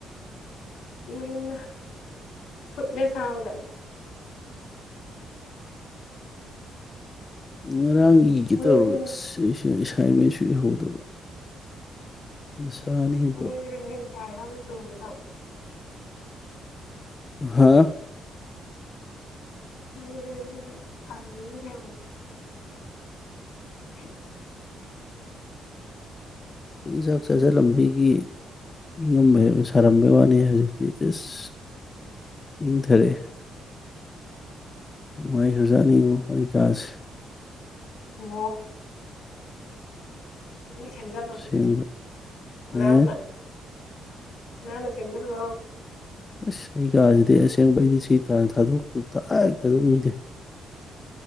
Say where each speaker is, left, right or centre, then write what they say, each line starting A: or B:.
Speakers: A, on the left; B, on the left.
A: ꯏ ꯀꯠꯂꯦꯁꯥꯎꯗ
B: ꯉꯔꯥꯡ ꯏꯒꯦ
A: ꯅꯣꯏꯔꯒꯅ
B: ꯇꯧꯔꯒ ꯑꯦꯁꯥꯏꯟꯃꯦꯟꯁꯨ ꯏꯍꯧꯗꯕ ꯗꯁꯥꯅꯤꯍꯦ
A: ꯃ
B: ꯄꯨꯔꯥ
A: ꯅꯁ ꯃ ꯇꯨꯝꯗ
B: ꯍꯥꯦ
A: ꯃꯔꯅꯥꯎ ꯏ <inaudible>
B: ꯑꯩꯈꯣꯏꯤꯟ ꯆꯥꯛ ꯆꯥꯁꯤꯜꯂꯝꯕꯒꯤ ꯅꯤꯡꯉꯝꯕ ꯁꯥꯔꯝꯕꯩ ꯋꯥꯅꯤ ꯍꯧꯖꯤꯛ ꯇ ꯑꯦꯁ ꯏꯪꯊꯔꯛꯑꯦ ꯅꯨꯡꯉꯥꯏꯈ꯭ꯔꯖꯥꯠꯅꯤꯡꯉꯣ ꯑꯩ ꯀꯥꯁꯦ
A: ꯑꯣ ꯏ ꯆꯟꯖꯒꯦ
B: ꯑꯁꯦꯡꯕ
A: ꯅꯥꯟ
B: ꯑꯦ
A: ꯅꯅꯦ ꯆꯗꯔꯅꯣ
B: ꯑꯁ ꯑꯩ ꯀꯥꯁꯤꯗꯤ ꯑꯁꯦꯡꯕ ꯑꯩꯗꯤ ꯁꯤ ꯊꯥꯗꯣꯛꯇ꯭ꯔꯁꯨ ꯊꯥꯏ ꯊꯥꯗꯣꯛꯅꯤꯡꯗꯦ